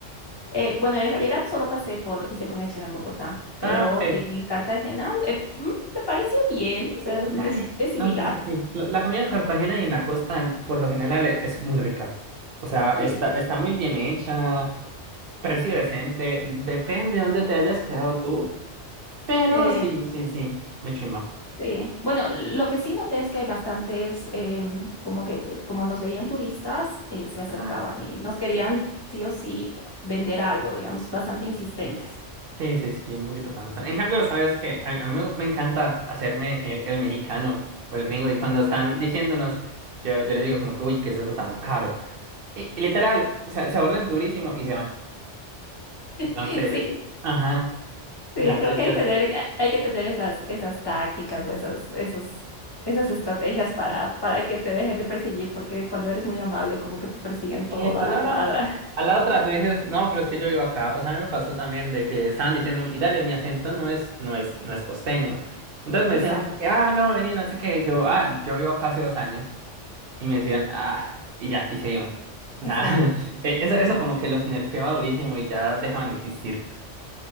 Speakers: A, on the left; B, on the right.
A: Eh, bueno, en realidad solo pasé por, hice conexión en Bogotá, pero
B: Ah, ok.
A: en Cartagena eh, mm, me pareció bien, o sea,
B: Uy, dale.
A: es, es
B: No,
A: similar.
B: sí, sí, sí. La, la comida en Cartagena y en la costa, por lo general, e- es muy rica. O sea, está,
A: Sí.
B: está muy bien hecha. Precio decente, depende de dónde te hayas quedado tú, pero
A: Eh,
B: sí, sí, sí, muy chimba.
A: Sí. Bueno, lo que sí noté es que hay bastantes, em, como que eh, como nos veían turistas, eh, se acercaban
B: Ah,
A: y nos querían sí o sí vender algo, digamos, bastante insistentes.
B: sí, sí, sí, un poquito cansado. En cambio, sabes que a, a mí me encanta hacerme eh, el, mexicano o el gringo y cuando están diciéndonos, yo, yo les digo como que, uy, ¿qué es eso tan caro? Y, y literal, se, se ahorren durísimo y se van.
A: <laughs>
B: Entonces,
A: Sí,
B: ajá,
A: sí,
B: ya,
A: creo
B: ya,
A: que hay,
B: ya.
A: tener, hay que tener esas, esas tácticas o esas, esos, esas estrategias para,
B: ujú.
A: para que te dejen de perseguir, porque cuando eres muy amable, como que te persiguen toda
B: Epa,
A: la
B: no,
A: cuadra.
B: no. A la otra tú dices, no, pero es que yo vivo acá. O sea, a mí me pasó también de que estaban diciéndome, y dale, mi acento no es, no es, no es costeño. Entonces me
A: <laughs> Exacto,
B: decían como que, ah, no, vení, no sé qué. Y Yo, ah, yo vivo acá hace dos años. Y me decían, ah, y ya, y se iban. O
A: y
B: sea,
A: se van.
B: <laughs> eh, eso, eso como que los nerfeaba durísimo y ya dejaban de existir.